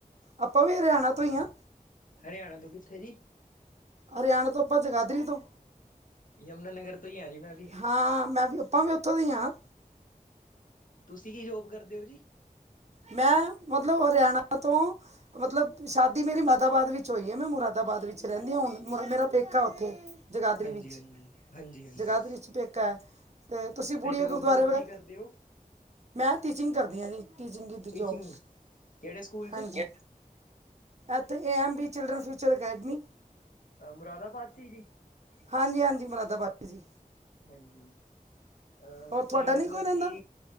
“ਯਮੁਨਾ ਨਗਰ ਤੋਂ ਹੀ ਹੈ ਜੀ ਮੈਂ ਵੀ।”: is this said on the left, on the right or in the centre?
Left